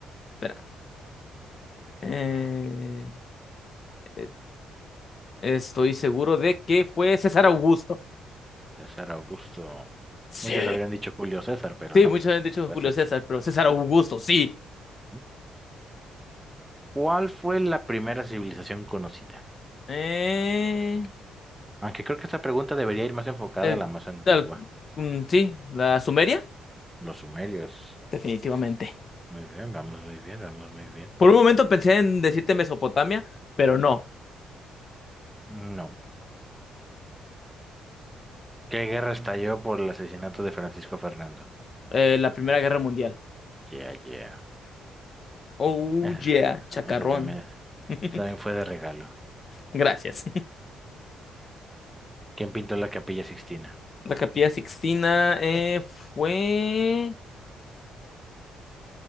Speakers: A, on the left (about 45°); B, in the centre.
A: Espera. eh, eh, estoy seguro de que fue César Augusto.
B: César Augusto.
A: Sí.
B: Muchos habrían dicho Julio César, pero
A: Sí,
B: no.
A: muchos han dicho
B: Pues
A: Julio
B: es.
A: César, pero César Augusto, sí.
B: ¿no? ¿Cuál fue la primera civilización conocida?
A: Eh,
B: Aunque creo que esta pregunta debería ir más enfocada
A: el-
B: a la más antigua,
A: el- mm, sí, la Sumeria.
B: los sumerios.
A: Definitivamente.
B: Muy bien, vamos muy bien, vamos muy bien.
A: Por un momento pensé en decirte Mesopotamia, pero no.
B: No. ¿Qué guerra estalló por el asesinato de Francisco Fernando?
A: Eh, la Primera Guerra Mundial.
B: Yeah, yeah.
A: Oh
B: Esa,
A: yeah, chacarrón.
B: esa también, esa
A: <laughs>
B: también fue de regalo.
A: Gracias.
B: ¿Quién pintó la Capilla Sixtina?
A: La Capilla Sixtina eh, fue,